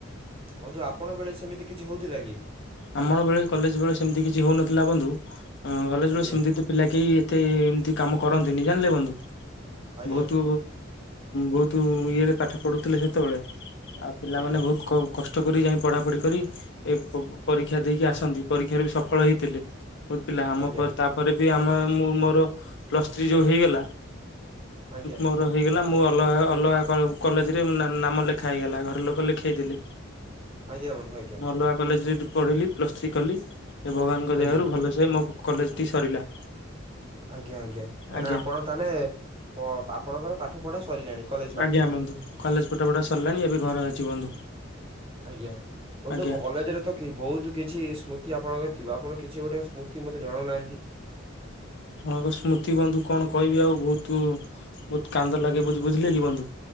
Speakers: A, on the right; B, on the left.
A: ବନ୍ଧୁ ଆପଣ ବେଳେ ସେମିତି କିଛି ହଉଥିଲା କି?
B: ଆମ ବେଳେ କଲେଜ ବେଳେ ସେମିତି କିଛି ହଉନଥିଲା ବନ୍ଧୁ କଲେଜ
A: ଆଜ୍ଞା
B: ବେଳେ ସେମତି ତ ପିଲା କେହି ଏତେ ଏମିତି କାମ କରନ୍ତି ନି ଜାଣିଲେ ବନ୍ଧୁ।
A: ଆଜ୍ଞା
B: ବହୁତୁ ବହୁତୁ ଇଏରେ ପାଠ ପଢୁଥିଲେ ସେତେବେଳେ ଆଉ ପିଲାମାନେ
A: ଆଜ୍ଞା
B: ବହୁତୁ କଷ୍ଟ କରି ଯାଇ ପଢା ପଢି କରି ଏ ପରୀକ୍ଷା ଦେଇକି ଆସନ୍ତି ପରୀକ୍ଷାରେ ବି ସଫଳ ହେଇଥିଲେ ବହୁତୁ ପିଲା ଆମ
A: ଆଜ୍ଞା
B: ତାପରେ ବି ଆମ ମୁଁ ମୋର ପ୍ଲସ ଥ୍ରି ଯୋଉ ହେଇଗଲା।
A: ଆଜ୍ଞା
B: ମୋର ହେଇଗଲା ମୋ ଅଲଗା ଅଲଗା କ କଲେଜରେ ନାଁ ନାମ ଲେଖା ହେଇଗଲା ଘରେ ଲୋକ ଲେଖେଇଦେଲେ।
A: ଆଜ୍ଞା ବନ୍ଧୁ ଆଜ୍ଞା।
B: ମୁଁ ଅଲଗା କଲେଜରେ ପଢିଲି ପ୍ଲସ ଥ୍ରୀ କଲି। ଏ ଭଗବାନଙ୍କ
A: ଆଜ୍ଞା
B: ଦୟାରୁ ଭଲସେ ମୋ କଲେଜଟି ସରିଲା।
A: ଆଜ୍ଞା ଆଜ୍ଞା
B: ଆଜ୍ଞା
A: ନା ଆପଣ ତାହେଲେ ପ ଆପଣଙ୍କର ପାଠ ପଢା ସରିଲାଣି କଲେଜ ପାଠ
B: ଆଜ୍ଞା
A: ପଢା
B: ବନ୍ଧୁ କଲେଜ ପାଠ ପଢ଼ା ସରିଲାଣି ଏବେ ଘର ଅଛି ବନ୍ଧୁ।
A: ଆଜ୍ଞା ବନ୍ଧୁ
B: ଆଜ୍ଞା
A: କଲେଜରେ କି ବହୁତୁ କିଛି ସ୍ମୃତି ଆପଣଙ୍କ ଥିବ ଆପଣ କିଛି ଗୋଟେ ସ୍ମୃତି ମୋତେ ଜଣାଉନାହାନ୍ତି।
B: ହଁ ଏକ ସ୍ମୃତି ବନ୍ଧୁ କଣ କହିବି ଆଉ ବହୁତୁ ବହୁତ କାନ୍ଦ ଲାଗେ ବୁଝି ବୁଝିଲେ କି ବନ୍ଧୁ